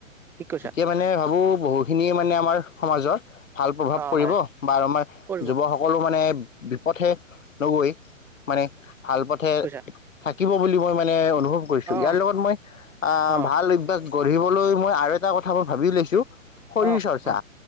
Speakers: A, in the centre; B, on the left (about 70°).
A: ঠিক কৈছা
B: এতিয়া মানে ভাবো! বহুখিনিয়ে মানে আমাৰ সমাজৰ ভাল প্ৰভাৱ
A: অ
B: পৰিব
A: হয়
B: বা আমাৰ
A: পৰিব
B: যুৱ সকলো মানে বিপথে নগৈ মানে ভাল পথে
A: <inaudible>
B: শিকিব বুলি মই মানে অনু <unintelligible> অনুভৱ কৰিছো
A: অ
B: ইয়াৰ লগত মই আহ
A: অ
B: ভাল অভ্যাস গঢ়িবলৈ মই আৰু এটা কথা মই ভাবি লৈছোঁ! শৰীৰ
A: অ
B: চৰ্চা
A: অ